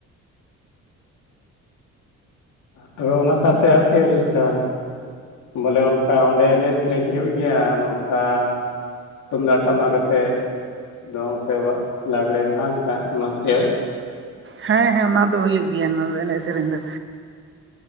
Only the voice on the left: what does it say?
ᱛᱚᱵᱮ ᱚᱱᱟ ᱥᱟᱶᱛᱮ ᱟᱨ ᱪᱮᱫ ᱞᱮᱠᱟ? ᱵᱚᱞᱮ ᱚᱱᱠᱟ ᱚᱸᱰᱮ ᱮᱱᱮᱡ ᱥᱮᱨᱮᱧ ᱦᱩᱭᱩᱜ ᱜᱮᱭᱟ ᱱᱚᱝᱠᱟ ᱛᱩᱢᱫᱟᱜ ᱴᱟᱢᱟᱠ ᱟᱛᱮᱫ ᱫᱚᱝ ᱥᱮ ᱞᱟᱜᱽᱲᱮ ᱡᱟᱦᱟᱸ ᱞᱮᱠᱟ ᱮᱢᱟᱱ ᱛᱮᱭᱟᱜ?